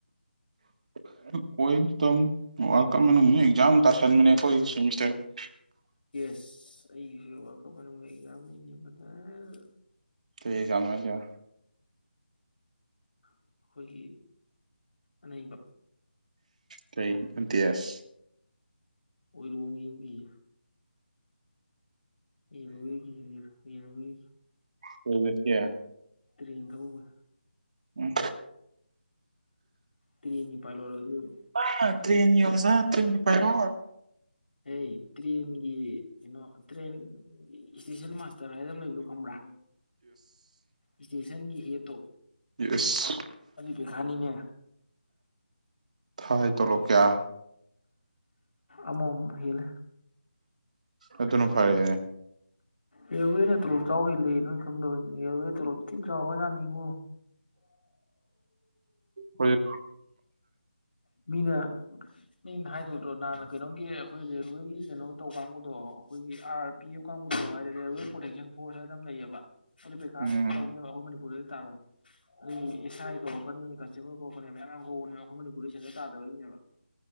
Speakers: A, on the right; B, on the left.
A: ꯋꯥ ꯀ ꯑꯦꯛꯖꯝ ꯇꯣꯏ
B: ꯌꯦꯁ ꯑꯩꯒꯤꯁꯨ ꯑꯀꯅꯤꯡ ꯑꯦꯛꯖꯥꯝ ꯂꯩꯅꯦ ꯕꯗꯔ
A: ꯑꯩ ꯁꯃꯖ
B: ꯑꯩꯈꯣꯏꯒꯤ ꯑꯅꯩꯕ
A: ꯇ ꯏꯝꯇꯤꯍꯁ
B: ꯑꯣꯏꯔꯣꯡ ꯌꯦꯡꯕꯤꯌꯦ ꯌꯦꯂꯦꯒꯤ ꯏꯔꯋꯏ
A: ꯀꯕꯠꯇꯌꯥ
B: ꯇ꯭ꯔꯦꯟ ꯊꯧꯕ
A: ꯎꯝ
B: ꯇ꯭ꯔꯦꯟꯒꯤ ꯄꯥꯏꯂꯣꯠ ꯑꯣꯏꯗꯣꯏꯕ
A: ꯇ ꯇ꯭ꯔꯦ ꯌ ꯆ ꯄꯥꯏꯔ
B: ꯑꯩ ꯇ꯭ꯔꯦꯟꯒꯤ ꯀꯩꯅꯣ ꯇ꯭ꯔꯦꯟ ꯏꯁꯇꯦꯁꯟ ꯃꯥ ꯇꯔ ꯍꯥꯏꯥꯏꯗ ꯂꯩꯕ ꯈꯕ꯭ꯔꯥ ꯏꯁꯇꯦꯁꯟꯒꯤ ꯌꯦ ꯇꯣ
A: ꯌꯁ
B: ꯄꯩꯈꯥꯅꯤꯅꯦ
A: ꯊꯥꯏ ꯇꯣꯂꯣ ꯀꯌꯥ
B: ꯑꯃꯣ ꯍꯂ
A: ꯑ ꯑꯗꯨꯅ ꯐꯔꯦꯅꯦ
B: ꯑꯦꯔꯋꯦꯅ ꯇꯣꯂꯣꯞ ꯆꯥꯎ ꯍꯜꯂꯤ ꯅꯣꯏ ꯈꯪꯗꯕꯅꯦ ꯑꯦꯔꯋꯦ ꯇꯣꯂꯣꯞ ꯊꯤ ꯆꯥꯎꯕꯖꯥꯠꯅꯤ ꯏꯕꯨꯣ
A: ꯍꯣꯏ
B: ꯃꯤꯅ ꯃꯤꯅ ꯍꯥꯏꯗꯧꯗꯣ ꯅꯍꯥꯟꯅ ꯀꯩꯅꯣꯒꯤ ꯑꯩꯈꯣꯏ ꯔꯦꯜꯋꯦꯒꯤ ꯀꯩꯅꯣ ꯇꯧ ꯀꯥꯡꯕꯨꯗꯣ ꯑꯩꯈꯣꯏꯒꯤ ꯑꯥꯔ ꯄꯤ ꯑꯦꯐ ꯀꯥꯡꯕꯨꯗꯣ ꯍꯥꯏꯗꯤ ꯔꯦꯜꯋꯦ ꯄ꯭ꯔꯣꯇꯦꯛꯁꯟ ꯐꯣꯔꯁ ꯍꯥꯏꯅ ꯑꯃ ꯂꯩꯌꯦꯕ ꯑꯗꯨ ꯀꯥꯁ
A: ꯎꯝ
B: ꯇꯥꯔꯣꯏ ꯑꯩ ꯑꯦꯁ ꯑꯥꯏ ꯀꯧꯀꯅꯤ ꯀꯟꯁꯇꯦꯕꯜ ꯀꯧꯀꯅꯤ ꯃꯌꯥꯝ ꯀꯅꯤ ꯑꯩꯈꯣꯏ ꯃꯅꯤꯄꯨ ꯟꯗ ꯇꯥꯗꯧꯣꯏꯅꯦꯕ